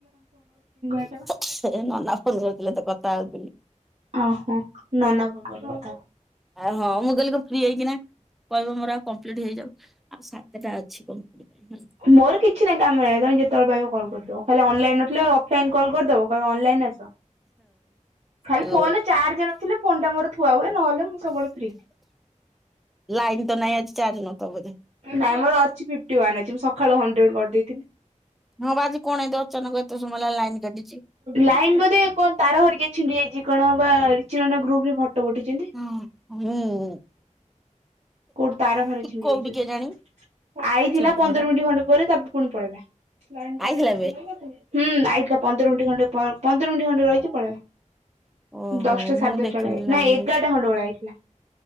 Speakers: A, on the right (about 55°); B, in the centre.
A: ଆଇଲା ବା।
B: ସେ ନନା ଫୋନ କରିଥିଲେ ତ କଥା ହଉଥିଲି।
A: ଓ ହୋ ନନା ଫୋନ୍ କରିଥିଲେ <unintelligible> କଥା।
B: ଆଉ ହଁ ମୁଁ କହିଲ କଣ ଫ୍ରି ହେଇକିନା କହିବ ମୋର ଆଉ କମ୍ପ୍ଲିଟ ହେଇଯାଉ ଆଉ ସାତଟା ଅଛି କମ୍ପ୍ଲିଟ ପାଇଁ ହେଲା।
A: ମୋର କିଛି ନାଇଁ କାମରେ ଏକା ତମେ ଯେତେବେଳେ ପାଇବ କଲ କରିଦବ, ଖାଲି ଅନଲାଇନ ନଥିଲେ ଆଉ ଅଫ୍ ଲାଇନ୍ କଲ୍ କରିଦବ କହିବ ଅନଲାଇନ ଆସ ଖାଲି
B: ହଁ
A: ଫୋନରେ ଚାର୍ଜ ନଥିଲେ ଫୋନ୍ ଟା ମୋର ଥୁଆ ହୁଏ ନହେଲେ ମୁଁ ସବୁବେଳେ ଫ୍ରି।
B: ଲାଇନ ତ ନାଇଁ ଆଜି ଚାର୍ଜ ନଥିବ ବୋଧେ।
A: ନାଇଁ ମୋର ଅଛି ଫିଫ୍ଟି ୱନ୍ ଅଛି ମୁଁ ସକାଳୁ ହଣ୍ଡ୍ରେଡ କରିଦେଇଥିଲି।
B: ହଁ ବା ଆଜି କଣ ଏମିତି ଅଚାନକ ଏତେ ସମୟ ହେଲା ଲାଇନ୍ କାଟିିଛି।
A: ଲାଇନ ବୋଧେ କଣ ତାର ଘରିକା ଛିଣ୍ଡି ଯାଇଛି କଣ ବା ରିଚି ନନା ଗ୍ରୁପରେ ଫଟୋ ପଠେଇଛନ୍ତି।
B: ହଁ ହୁଁ।
A: କୋଉଠି ତାର ଫାର ଛିଣ୍ଡି
B: କୋଉଠି
A: ଯାଇଛି ବୋଧେ?
B: କେଜାଣି
A: ଆଇଥିଲା
B: ଚିଡୁଚି
A: ପନ୍ଦର
B: ସେଟା।
A: ମିନିଟ ଖଣ୍ଡେ ପରେ ତାପରେ ପୁଣି ପଳେଇଲା। ହୁଁ ଆଇଥିଲା
B: ଆଇଥିଲା ଏବେ?
A: ପନ୍ଦର ମିନିଟ୍ ଖଣ୍ଡେ ପ ପନ୍ଦର ମିନିଟ୍ ଖଣ୍ଡେ ରହିଛି ପଳେଇଲା।
B: ଓହୋ
A: ଦଶଟା
B: ମୁଁ
A: ସାଢେ ଦଶଟାରେ
B: ଦେଖିନି ଲାଇନ
A: ନା ଏଗାରଟା
B: ଅଛି।
A: ଖଣ୍ଡେବେଳେ ଆଇଥିଲା।